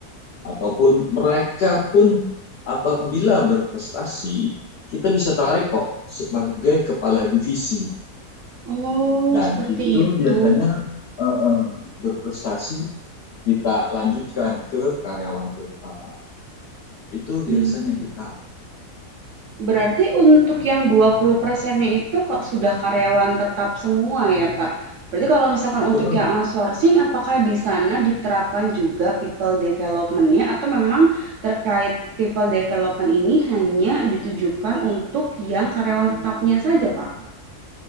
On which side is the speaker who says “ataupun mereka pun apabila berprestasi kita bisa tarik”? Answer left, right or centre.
Left